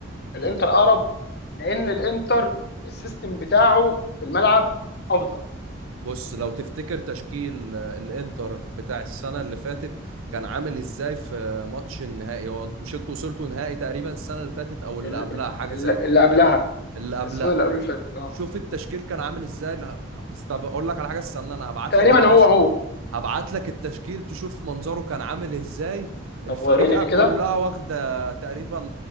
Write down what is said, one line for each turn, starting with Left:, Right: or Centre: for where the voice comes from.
Left: الانتر اقرب لان الانتر السيستم بتاعه في الملعب افضل
Right: بص لو تفتكر تشكيل آه، الانتر بتاع السنة اللي فاتت كان عامل ازاي في آه، ماتش النهائي هو مش انتوا وصلتوا نهائي تقريبا السنة اللي فاتت او اللي
Left: ال-
Right: قبلها
Left: ال-
Right: حاجة
Left: ال-
Right: زي كده
Left: اللي قبلها
Right: اللي قبلها
Left: السنه اللي قبل اللي فاتت اه
Right: شوف التشكيل كان عامل ازاي لا، استب... اقول لك على حاجة استنى انا هبعت
Left: تقريبا
Right: لك التشكيل
Left: هو هو
Right: هبعت لك التشكيل تشوف منظره كان عامل ازاي الفريقة
Left: طب وريني
Right: كلها
Left: كده
Right: واخدة تقريبا